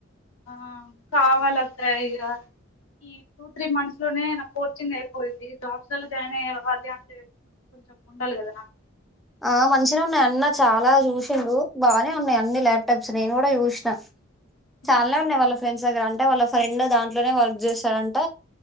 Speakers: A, on the left; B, in the centre.
A: ఆ కావాలి అక్కా ఇగ ఈ టూ త్రీ మంత్స్ లోనే నాకు కోచింగ్ అయిపోయిద్ది జాబ్స్ల జాయిన్ అయ్యేవళ్ళి అంటే కొంచెం ఉండాలి కదా నాకు
B: ఆ మంచినె ఉన్నాయి అన్న చాలా చూసిండు బానే ఉన్నాయి అన్ని ల్యాప్టప్స్ నేను గుడ చూస్నా
A: ఉమ్,
B: చాల్నె ఉన్నాయ్ వాళ్ళ ఫ్రెండ్స్ గర అంటె వాళ్ళ ఫైండ్ దాంట్లోనే వర్క్ చేశాడంట